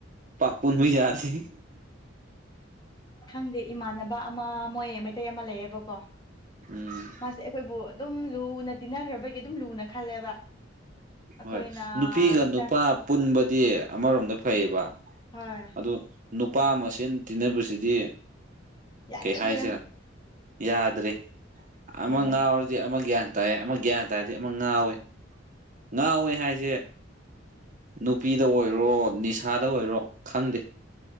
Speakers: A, on the right; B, on the left.
A: ꯄꯥꯛ ꯄꯨꯟꯕ ꯌꯥꯗꯦ
B: ꯈꯪꯗꯦ ꯏꯃꯥꯟꯅꯕ ꯑꯃ ꯃꯣꯏ ꯃꯩꯇꯩ ꯑꯃ ꯂꯩꯌꯦꯕꯀꯣ
A: ꯎꯝ
B: ꯃꯥꯁꯦ ꯑꯈꯣꯏꯕꯨ ꯑꯗꯨꯝ ꯂꯨꯅ ꯇꯤꯟꯅꯈ꯭ꯔꯕꯒꯤ ꯑꯗꯨꯝ ꯂꯨꯅ ꯈꯜꯂꯦꯕ ꯑꯩꯈꯣꯏꯅ
A: ꯍꯣꯏ ꯅꯨꯄꯤꯒ
B: ꯏꯟꯇꯔ
A: ꯅꯨꯄꯥ ꯄꯨꯟꯕꯗꯤ ꯑꯃꯔꯣꯝꯗ ꯐꯩꯌꯦꯕ
B: ꯍꯣꯏ
A: ꯑꯗꯨ ꯅꯨꯄꯥ ꯃꯁꯦꯟ ꯇꯤꯟꯅꯕꯁꯤꯗꯤ
B: ꯌꯥꯗ꯭ꯔꯦ
A: ꯀꯩ ꯍꯥꯏꯁꯤꯔ
B: ꯍꯥꯏꯌꯣ
A: ꯌꯥꯗ꯭ꯔꯦ ꯑꯃ
B: ꯑꯣ
A: ꯉꯥꯎꯔꯗꯤ ꯑꯃ ꯒ꯭ꯌꯥꯟ ꯇꯥꯏ ꯑꯃ ꯒ꯭ꯌꯥꯟ ꯇꯥꯔꯗꯤ ꯑꯃ ꯉꯥꯎꯋꯦ ꯉꯥꯥꯎꯋꯦ ꯍꯥꯏꯁꯦ ꯅꯨꯄꯤꯗ ꯑꯣꯏꯔꯣ ꯅꯤꯁꯥꯗ ꯑꯣꯏꯔꯣ ꯈꯪꯗꯦ